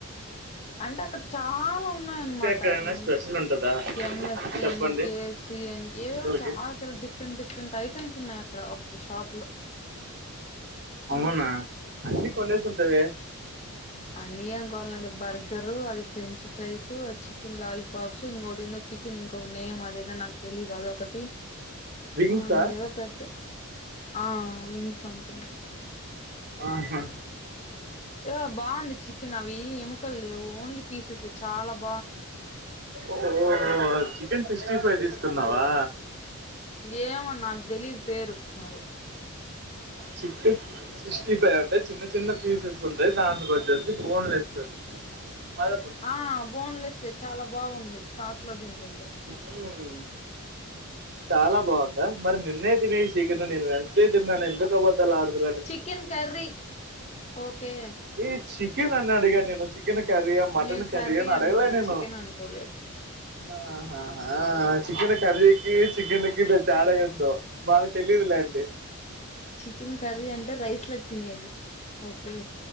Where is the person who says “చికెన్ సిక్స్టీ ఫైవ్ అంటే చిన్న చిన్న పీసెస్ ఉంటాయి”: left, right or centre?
Right